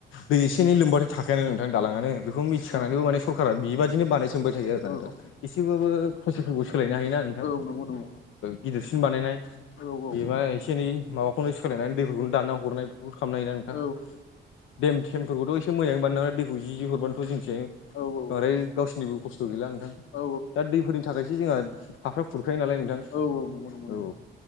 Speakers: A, on the left; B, on the left.
A: दै एसे एनै लोमबा थाखायानो नोंथां दालाङानो बेखौ मिथिखानानैबो
B: औ
A: माने सरकारा बेबायदिनो बानाय सोमबाय थायो आरो
B: औ
A: नोंथां एसेबाबो फसलफोरखौ सोलायनो हायोना नोंथां
B: औ नंगौ नंगौ
A: गिदिरसिन बानायनाय
B: औ औ औ
A: बेमा एसे एनै माबाखौनो सोलायनानै दैफोरखौनो दानना हरनाय बेफोरखौ खालामनाय होयो ना नोंथां
B: औ
A: देम थेमफोरखौथ' एसे मोजाङै बानायना दैखौ जि हरबानोथ' जोंथिं
B: औ
A: बांद्राय गावसोरनि बो खस्थ' गैला नोंथां
B: औ नंगौ औ
A: दा दैफोरनि थाखायसो जोंहा हाफ्रा खुरखायो नालाय नोंथां
B: औ औ नंगौ नंगौ
A: औ